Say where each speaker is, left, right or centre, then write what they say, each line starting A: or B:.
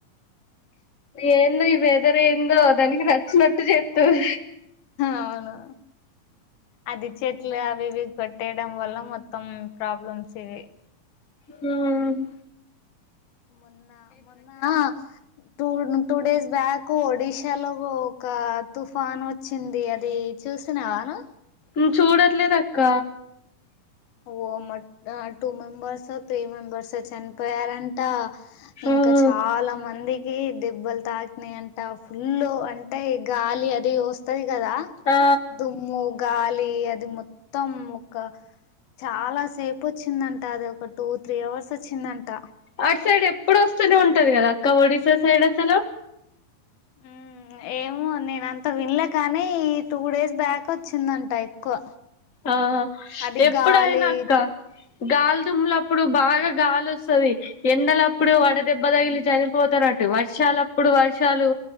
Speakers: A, on the left (about 30°); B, on the left (about 85°).
A: ఏందో ఈ వెదర్ ఏందో దానికి నచ్చినట్టు చెప్తన్
B: అవును అది చెట్లు అవి ఇవి కొట్టేయడం వల్ల మొత్తం ప్రాబ్లమ్స్ ఇవి
A: హ్మ్ ఉ
B: మొన్నా మొన్నా టూ టూ డేస్ బ్యాక్ ఒడిషాలో ఒక తుప్ పాన్ వచ్చింది అది చూసినావానా
A: ఉ చూడట్లేదు అక్క
B: ఓ మ టూ మెంబెర్స్ ఒ త్రీ మెంబెర్స్ ఒ చనిపోయారంట. ఇంకా
A: ఆ
B: చాలా మంది దెబ్బలు తాకినాయి అంట ఫుల్ అంటే గాలి అది వస్తది. కదా
A: ఆ
B: దుమ్ము, గాలి అది అది మొత్తం ఒక చాలా సేఫ్ వచ్చిందంట అది ఒక టూ త్రీ అవర్స్ వచ్చిందంట
A: అటు సైడ్ ఎప్పుడు వస్తూనే ఉంటది కదా అక్క ఒడిసా సైడ్ అసలు
B: ఉమ్ ఏమో నేన అంత వినలే కానీ ఈ టూ డేస్ బ్యాక్ వచ్చిందంట ఎక్కువ
A: ఆ
B: అది
A: ఎప్పుడయినా
B: గాలి
A: అక్క గాలిదుమ్ల అప్పుడు బాగా గాలి వస్తది ఎండలప్పుడు
B: ఉహు,
A: వడ దెబ్బ తగిలి చని పోతన్నట్టు వర్షాలప్పుడు వర్షాలు